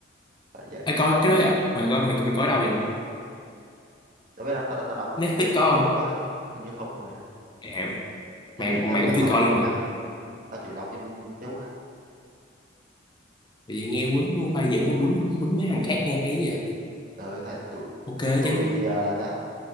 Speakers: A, on the right; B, on the left.
A: phải vậy
B: Ê, coi cái đó vậy mày coi mày, mày coi ở đâu vậy
A: đối với đó tao tao đọc
B: Netflix
A: trên
B: có
A: Facebook
B: không
A: á hình như không rồi mày ơi
B: à,
A: Netflix
B: mày
A: nó
B: mày cũng
A: nó thầu
B: chưa coi luôn
A: phim
B: hả
A: khác mà ừ. tao chỉ đọc trên Facebook á
B: tại vì nghe quýnh khoa dưỡng quýnh quýnh mấy thằng khác nghe hay vậy
A: ờ tại tụi
B: ok
A: tụi
B: chứ
A: à, ta